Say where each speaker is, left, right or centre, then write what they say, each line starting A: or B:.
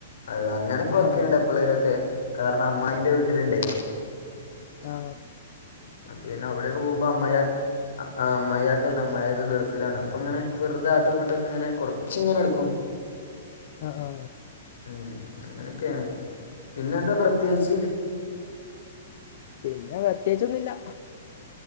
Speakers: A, on the left; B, on the left.
A: അതേ അങ്ങനെയൊക്കെ വെക്കെയണ്ട്
B: ആഹ്
A: എപ്പളേലുവൊക്കെ കാരണം അമ്മായീന്റെ വീട്ടിലുണ്ടേ
B: ആ
A: പിന്നെ അവിടെയൊക്കെ പോകുമ്പോ അമ്മായി അമ്മായി ല്ല അമ്മായിയൊക്കെ ഗൾഫിലാണ് അപ്പൊ ഇങ്ങനെ വെറുത അങ്ങോട്ടും ഇങ്ങോട്ടും ഒക്കെ അങ്ങനെ കൊറച്ചിങ്ങനെ എടുക്കും.
B: ആ ആ
A: ഉം അങ്ങനൊക്കെയാണ്. പിന്നെന്താ പ്രത്യേകിച്ച്
B: പിന്നെ പ്രത്യേകിച്ച് ഒന്നുമില്ല.